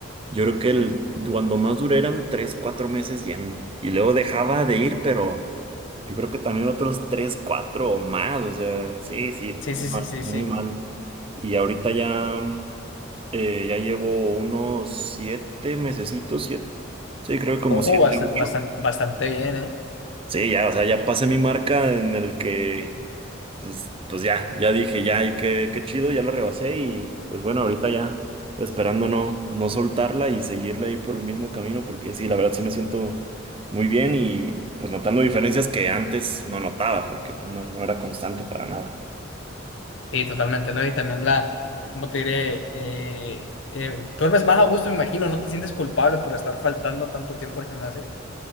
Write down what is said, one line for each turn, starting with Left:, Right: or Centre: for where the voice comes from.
Right: yo creo que el, cuando más duré eran tres, cuatro meses yendo. Y luego dejaba de ir, pero yo creo que también otros tres, cuatro o más. O sea, sí, sí,
Left: Sí,
Right: mal-
Left: sí, sí, sí,
Right: muy
Left: sí.
Right: mal. Y ahorita ya. Eh, ya llevo unos siete mesecitos, siete, sí, creo que como
Left: Ojo,
Right: siete,
Left: bastante,
Right: ocho.
Left: bastante, bastante bien, ¿eh?
Right: Sí, ya, o sea, ya pasé mi marca en el que, pues, pues ya, ya dije, ya, y qué, qué chido, ya la rebasé y pues bueno, ahorita ya, esperando no, no soltarla y seguirla ahí por el mismo camino, porque sí, la verdad sí me siento muy bien y pues notando diferencias que antes no notaba, porque pues, no, no era constante para nada.
Left: Sí, totalmente, ¿no? Y también la, ¿cómo te diré? Eh, eh, duermes más a gusto, me imagino, no te sientes culpable por estar faltando tanto tiempo al gimnasio.